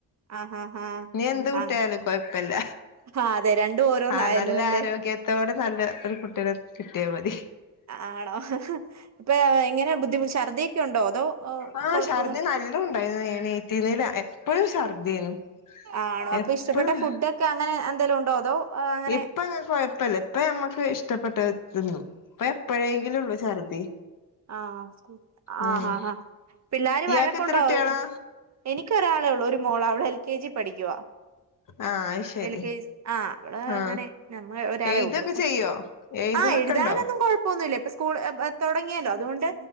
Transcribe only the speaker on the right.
ആ ഹാ ഹാ
ആ
ആ അതെ രണ്ടും ഓരോന്നായല്ലോ
അല്ലേ
ആണോ ഇപ്പേ എങ്ങനെ ബുദ്ധിമു ശർദ്ദിയൊക്കെ ഉണ്ടോ അതോ
കൊഴപ്പൊന്നും
ആണോ അപ്പൊ
ഇഷ്ടപ്പെട്ട ഫുഡൊക്കെ അങ്ങനെ എന്തെലും ഉണ്ടോ അതോ അങ്ങനെ
<unintelligible>
ആഹ് ആ
ആഹ് പിള്ളാര്
വഴക്കുണ്ടോ
എനിക്ക് ഒരാളൊള്ളൂ ഒരു മോളാ അവള് എൽ കെ ജി പഠിക്കുവാ
എൽ കെ ജ് ആ അവള്
അങ്ങനെ നമ്മ ഒരാളെ
ഉള്ളു
ആ എഴ്
ഞാനൊന്നും കുഴപ്പൊന്നുല്ല ഇപ്പ സ്കൂൾ ഏപ് തുടങ്ങിയല്ലോ അതുകൊണ്ട്